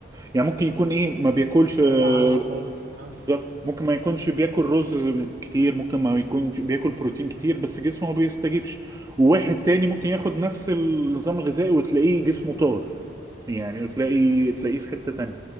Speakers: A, on the right; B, on the right.
A: يعني ممكن يكون ايه ما بياكلش
B: بره
A: آه،
B: عنه خالص اه
A: بالظبط ممكن ما يكونش بياكل رز كتير ممكن ما يكونش بياكل بروتين كتير بس جسمه ما بيستجيبش وواحد تاني ممكن ياخد نفس النظام الغذائي وتلاقيه جسمه طار يعني وتلاقي تلاقيه في حتة تانية